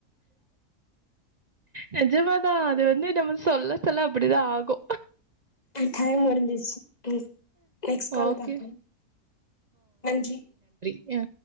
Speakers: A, on the right; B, on the left.
A: நெஜமாதா அது வந்து நம்ம சொல்ல சொல்ல அப்பிடிதா ஆகு
B: டயம் முடிஞ்ர்சி ம் நெக்ஸ்ட் கால்ல
A: ஓகே.
B: பாக்கலாம் அஜ்ஜி
A: யா